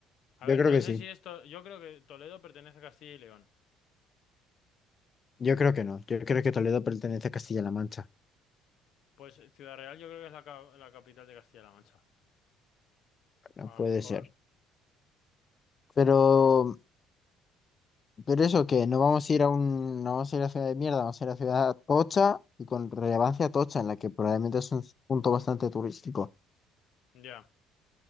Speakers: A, on the left; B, on the left.
A: A
B: Yo
A: ver,
B: creo
A: no
B: que
A: sé
B: sí.
A: si esto. Yo creo que Toledo pertenece a Castilla y León.
B: Yo creo que no. Yo creo que Toledo pertenece a Castilla-La Mancha.
A: Pues Ciudad Real yo creo que es la, ca- la capital de Castilla-La Mancha.
B: No
A: A
B: puede
A: lo mejor.
B: ser. Pero,
A: mm,
B: pero eso que no vamos a ir a un, no vamos a ir a ciudad de mierda, vamos a ir a ciudad tocha y con relevancia tocha, en la que probablemente es un punto bastante turístico.
A: ya.